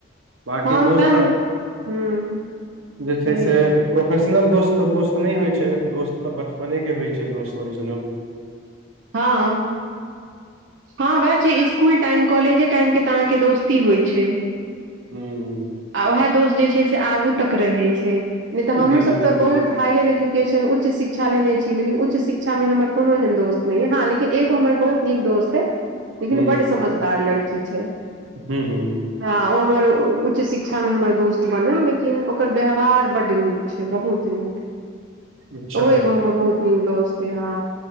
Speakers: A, on the right (about 85°); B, on the right (about 65°).
A: बाकी
B: हँ
A: दोस्त
B: तहन
A: सब
B: हूँ
A: जे छै,
B: सही
A: से
B: बात
A: प्रोफेशनल दोस्त तऽ दोस्त नहि होइ छै, दोस्त तऽ बचपने के होइ छै, दोस्त ओरिजिनल।
B: हँ -हँ वएह छै, जे इसकुल टाइम कॉलेजे टाइम के तऽ अहाँके दोस्ती होइ छै।
A: हू
B: आ उएह दोष जे छै से आगू तक रहै छै नहि
A: जी
B: तऽ हमहूँसभ तऽ
A: बिल्कुल
B: बहुत हायर एजुकेशन उच्च शिक्षा लेने छी, लेकिन उच्च शिक्षामे हमर कोनो एहन दोस्त अछि। नहि हँ, लेकिन एगो हमर बहुत नीक दोस्त लेकिन
A: हूँ
B: बड समझदार लड़की छै।
A: हूँ हूँ
B: हँ ओ हमर उच्च शिक्षा मे हमर दोस्त बनल लेकिन ओकर व्यवहार बड् नीक बहुत नीक
A: अच्छा
B: ओ एगो हमर बहुत नीक दोस्त य हा।